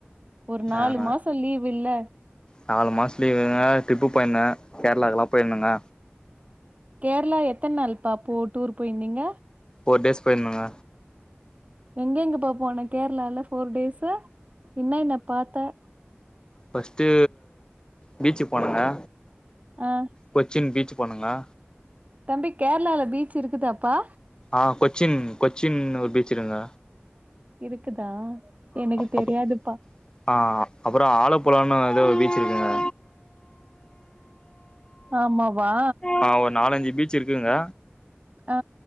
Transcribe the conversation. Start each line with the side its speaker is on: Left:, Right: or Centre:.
Right: ஒரு நாலு
Left: ஆ
Right: மாசோ லீவில்ல
Left: நாலு மாசோ லீவுங்க ட்ரிப்பு போயிந்தே கேரளாக்குலா போயிந்தேங்க
Right: கேர்ளா எத்தன் நாள்ப்பா போ டூர் போயிந்தீங்க
Left: ஃபோர் டேஸ் போயிந்துங்க
Right: எங்க எங்கப்பா போன கேர்ளால ஃபோர் டேஸ இன்ன என்னப் பாத்தே
Left: ஃபர்ஸ்ட்டு பீச்சு போனங்கே
Right: அ
Left: கொச்சின் பீச் போனங்கே
Right: தம்பி கேர்ளால பீச் இருக்குதாப்பா
Left: ஆ கொச்சின் கொச்சின் ஒரு பீச் இருங்க
Right: இருக்குதா எனுகு தெரியாதுப்பா
Left: அப்ப ஆ அப்றோ ஆலப்புலானு எதோ பீச்சு இருக்குங்க
Right: ஆமாவா
Left: ஆமா ஒரு நாலஞ்சி பீச் சிருக்குங்க
Right: ஆ